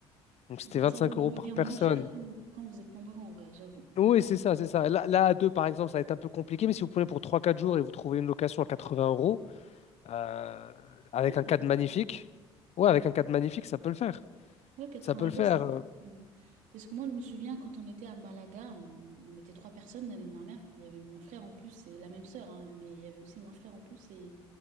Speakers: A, on the left (about 50°); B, on the right (about 60°).
A: Donc c'était
B: Donc
A: 25
B: ça vous
A: euros
B: revient
A: par personne.
B: moins cher quand vous, quand vous êtes nombreux en vrai, j'avoue.
A: Oui, c'est ça, c'est ça. Là, là, à deux, par exemple, ça va être un peu compliqué, mais si vous prenez pour trois, quatre jours et vous trouvez une location à 80 euros, euh, avec
B: Ouais,
A: un
B: c'est
A: cadre
B: faisable.
A: magnifique, ouais, avec un cadre magnifique, ça peut le faire.
B: Ouais, 80
A: Ça peut le faire.
B: euros, c'est pas
A: euh,
B: cher, ouais. Parce que moi, je me souviens quand on était à Malaga, on, on était trois personnes l'année dernière. Il y avait mon frère en plus et la même sœur, hein, mais il y avait aussi mon frère en plus et